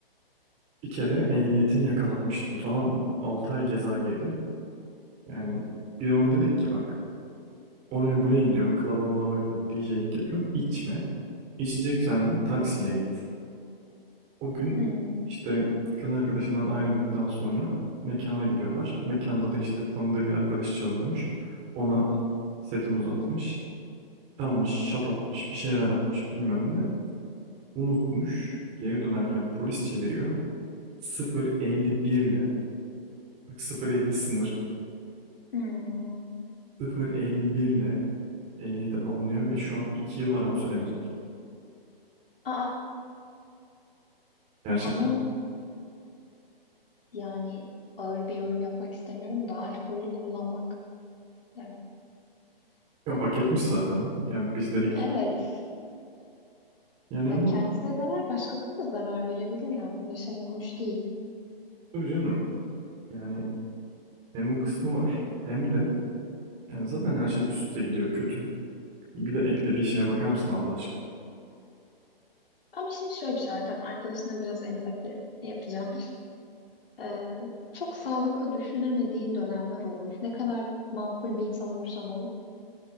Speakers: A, on the right; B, on the left.
A: Bir kere ehliyetini yakalatmıştı bu tamam mı? 6 ay ceza yedi. Yani bir ona dedik ki bak oraya buraya gidiyorsun, klaba malaba gidiyorsun, DJ'lik yapıyorsun, içme. İçeceksen de taksiyle git. O gün
B: Hmm.
A: işte kız arkadaşından ayrıldıktan sonra mekana gidiyorlar. Mekanda da işte tanıdığı bir arkadaş çalıyormuş. Ona seti uzatmış. Çalmış, şat atmış, bir şeyler atmış bilmem ne. Unutmuş. Geri dönerken polis çeviriyor. 0.51 ile, bak 0.50 sınır.
B: Hmm.
A: 0.51 ile ehliyeti alınıyor ve şu an 2 yıl araba süremeyecek.
B: Aa,
A: Gerçekten.
B: ama yani ağır bir yorum yapmak istemiyorum da alkollü kullanmak yani
A: Ya hak etmiş zaten. Yani biz dedik.
B: evet
A: Yani
B: ya
A: ama
B: kendisine zarar başkasına da zarar verebilir yani böyle şeyler hoş değil.
A: tabii canım. Yani Hem o kısmı var hem de yani zaten her şey üst üste gidiyor kötü. Bir de eklediği şeye bakar mısın Allah aşkına?
B: Ama şimdi şöyle bir şey var tamam arkadaşına biraz empati yapacağım. Ee, çok sağlıklı düşünemediğin dönemler olur. Ne kadar makul bir insan olursan ol.